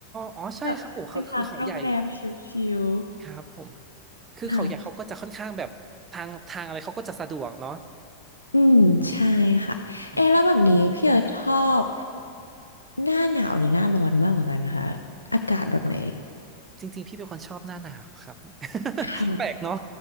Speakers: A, on the right; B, on the left.
A: อ๋อใช่ครับผมเขาคือเขาใหญ่
B: แบบไปพักโรงแรมชิล
A: ครับผม
B: ๆค่ะ
A: คือเขาใหญ่เขาก็จะค่อนข้างแบบทางทางอะไรเขาก็จะสะดวกเนาะ
B: อืมใช่ค่ะเอะแล้วแบบนี้พี่เอร์ธชอบ
A: อืมครับ
B: หน้าหนาวหรือหน้าร้อนมากกว่ากันนะคะอากาศแบบไหน
A: จริงๆพี่เป็นคนชอบหน้าหนาวครับ <laughs>
B: ค่ะ
A: แปลกเนาะ